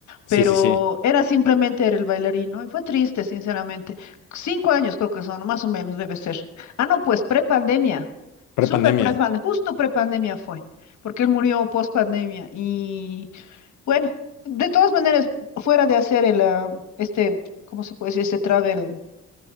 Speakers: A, on the left; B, on the left.
A: Sí,
B: Pero
A: sí, sí.
B: era simplemente era el bailarín, ¿no? Y fue triste, sinceramente. Cinco años creo que son, más o menos debe ser. Ah, no, pues prepandemia.
A: Prepandemia,
B: Súper prepandemia. Justo prepandemia fue. Porque él murió post pandemia. Y bueno, de todas maneras, fuera de hacer el, ah, este, ¿cómo se puede decir? Este travel.